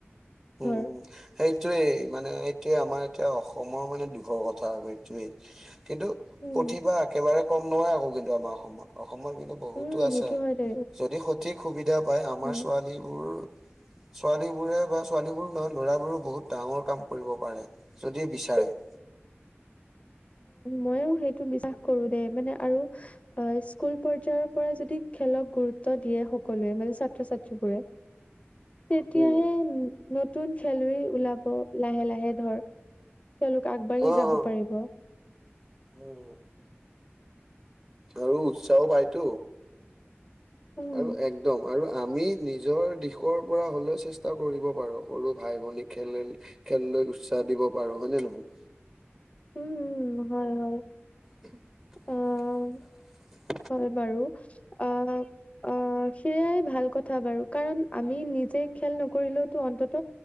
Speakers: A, on the right (about 15°); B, on the left (about 30°).
A: উম।
B: ধৰ।
A: সেইটোৱেই মানে এইটোৱে আমাৰ এতিয়া অসমৰ মানে দুখৰ কথা সেইটোৱেই। কিন্তু
B: উম,
A: প্ৰতিভা একেবাৰে কম নহয় আকৌ কিন্তু আমাৰ অসমত। অসমত কিন্তু বহুতো
B: উম,
A: আছে।
B: সেইটো হয় দে
A: যদি স ঠিক সুবিধা পায়, আমাৰ
B: উম,
A: ছোৱালীবোৰ- ছোৱালীবোৰে বা ছোৱালীবোৰ নহয়, ল'ৰাবোৰো বহুত ডাঙৰ কাম কৰিব পাৰে, যদি বিচাৰে। <inaudible>
B: মইয়ো সেইটো বিশ্বাস কৰোঁ দে। মানে আৰু অ' স্কুল পৰ্যায়ৰ পৰা যদি খেলক গুৰু ৰুত্ব দিয়ে সকলোৱে, মানে ছাত্ৰ ছাত্ৰীবোৰে
A: <inaudible>
B: তেতিয়াহে
A: উম
B: নতুন খেলুৱৈ ওলাব। লাহে - লাহে ধৰ তেওঁলোক আগবাঢ়ি
A: অ
B: যাব
A: অ
B: পাৰিব।
A: উম আৰু উৎসাহো বাঢ়েতো।
B: উম,
A: আৰু একদম আৰু আমি নিজৰ দিশৰ পৰা হ'লেও চেষ্টা কৰিব পাৰোঁ। সৰু ভাই-ভনী খেলেল- খেল লৈ উৎসাহ দিব পাৰোঁ, হয় নে নহয়?
B: উম - উম, হয় - হয়।
A: <inaudible>
B: অ', হয় বাৰু অ অ সেইয়াই ভাল কথা বাৰু কাৰণ আমি নিজ- যে খেল নকৰিলেওতো অন্তত